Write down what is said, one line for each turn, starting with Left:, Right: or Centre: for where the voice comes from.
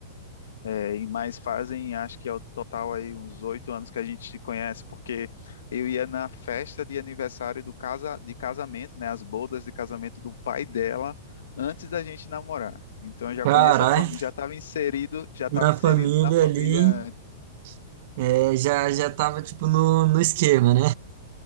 Left: É, e mais fazem, acho que ao total aí uns oito anos que a gente se conhece, porque eu ia na festa de aniversário do casa, de casamento, né, as bodas de casamento do pai dela, antes da gente namorar. Então eu já
Right: Caralho,
Left: conheço a família, já estava inserido, já estava
Right: na
Left: inserido
Right: família
Left: na família,
Right: ali,
Left: antes.
Right: é, já já tava tipo no, no esquema, né?